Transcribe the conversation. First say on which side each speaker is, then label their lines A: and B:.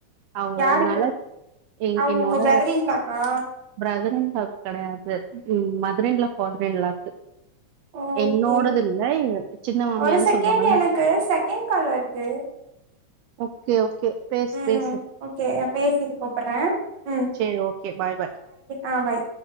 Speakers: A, on the right; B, on the right.
A: அவுங்க
B: யாருக்கு
A: அதனால எ
B: அவங்க
A: என்னோட
B: உங்க பிரதர் இன் லாவா
A: பிரதர்இன்லாக்கு கெடையாது ம் மதர்இன்லா ஃபாதர்இன்லாக்கு
B: ஓகே
A: என்னோடது இல்ல எங்க சின்னமாமியானு
B: ஒரு செகண்ட்
A: சொல்வாங்கல்ல
B: எனக்கு செகண்ட் கால் வருது
A: ஓகே ஓகே பேசு
B: ம்
A: பேசு
B: ஓகே பேசிட்டு கூப்பட்றே ம்
A: சேர் ஓகே பாய் பாய்
B: ஆ பாய்